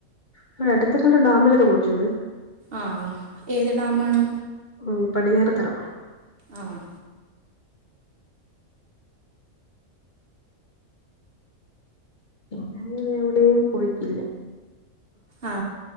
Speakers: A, on the left; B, on the right.
A: ഇവടെ അടുത്ത രണ്ട് ഡാമിലൊക്കെ പോയിട്ടുണ്ട്.
B: ആഹ്. ഏത് ഡാമാണ്?
A: ഉം പടിഞ്ഞാറെതറ.
B: ആഹ്
A: പിന്നെ <unintelligible> വീട്ട് ല് പോയിട്ടില്ല.
B: ആ